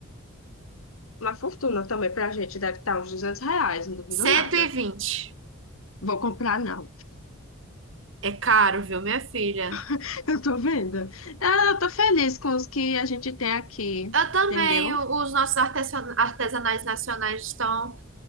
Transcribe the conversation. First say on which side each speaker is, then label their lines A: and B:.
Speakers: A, on the left; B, on the right.
A: Uma fortuna também pra gente. Deve estar uns 200 reais, não duvido
B: Cento
A: nada.
B: e vinte.
A: Vou comprar, não.
B: É caro, viu, minha filha?
A: <laughs> Eu tô vendo. Ah, eu tô feliz com os que a gente tem aqui.
B: Eu também,
A: Entendeu?
B: o- os nossos artesana- artesanais nacionais estão,